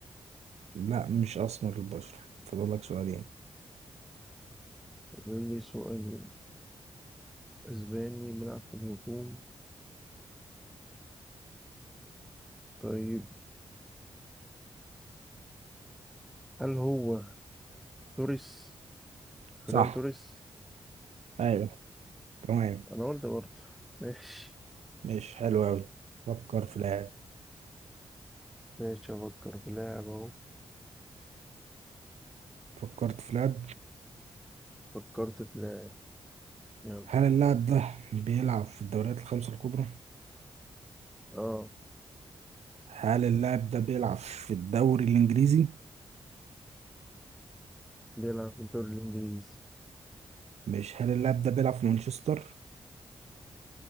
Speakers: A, on the right; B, in the centre.
A: لا مش أسمر البشرة فاضل لك سؤالين
B: ده لي سؤال أسباني بيلعب في الهجوم طيب هل هو توريس؟ فران
A: صح
B: توريس؟
A: أيوة تمام
B: أنا قلت برضه <laughs> ماشي
A: ماشي حلو أوي فكر في لاعب
B: ماشي أفكر في لاعب أهو
A: فكرت في لاعب
B: فكرت في لاعب يلا
A: هل اللاعب ده بيلعب في الدوريات الخمسة الكبرى؟
B: أه
A: هل اللاعب ده بيلعب في الدوري الإنجليزي؟
B: بيلعب في الدوري الإنجليزي
A: مش هل اللاعب ده بيلعب في مانشستر